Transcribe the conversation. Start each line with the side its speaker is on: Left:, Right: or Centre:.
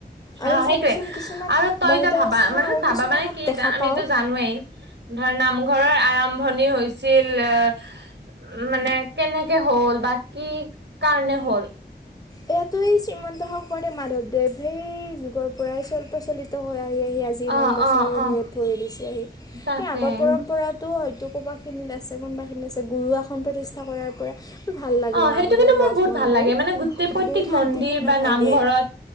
Left: আৰু
Right: অ', সেইটোৱে
Left: চাবিচোন কিছুমান
Right: আৰু তই
Left: মই
Right: এতিয়া ভাবা
Left: চাওঁ
Right: মানে ভাবা
Left: কিছুমানত
Right: মানে কি
Left: দেখা
Right: এটা আমিটো
Left: পাওঁ
Right: জানোৱেই ধৰ ন ঘৰৰ আৰম্ভণি হৈছিল উ, মানে কেনেকে হ'ল বা কি কাৰণে হ'ল।
Left: এয়াতো এই শ্ৰীমন্ত শংকৰদেৱ, মাধৱদেৱ সেই যুগৰ পৰাই চ্ল-পচলিত হৈ আ <unintelligible> ইমান
Right: অ
Left: বছৰ
Right: অ অ
Left: মূৰত ভৰি দিছেহি,
Right: তাকে
Left: হেই আগৰ পৰম্পৰাটো ক'বা খিনিত আছে কোনোবা খিনিত আছে গুৰু আসন প্ৰতিষ্ঠা কৰাৰ পৰা মোৰ ভাল লাগে
Right: অ',
Left: নামঘৰ
Right: সেইটো কিন্তু মোৰ
Left: মঠ
Right: বহুত
Left: মন্দিৰ
Right: ভাল লাগে মানে <unintelligible>
Left: বহুত শান্তিপূৰ্ণ
Right: মন্দিৰ বা
Left: ঠাই
Right: নামঘৰত
Left: দেই